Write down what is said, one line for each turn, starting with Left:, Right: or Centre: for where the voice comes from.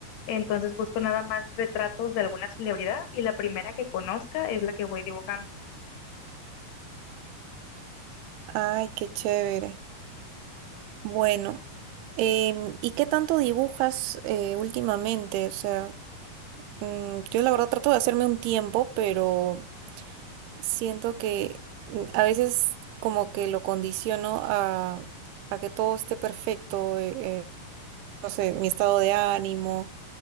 Left: Entonces busco nada más retratos de alguna celebridad y la primera que conozca es la que voy dibujando.
Right: Ay, qué chévere. Bueno, em, ¿y qué tanto dibujas eh, últimamente? O sea, mm, yo la verdad trato de hacerme un tiempo, pero siento que mm, a veces como que lo condiciono a, a que todo esté perfecto, eh, eh, no sé, mi estado de ánimo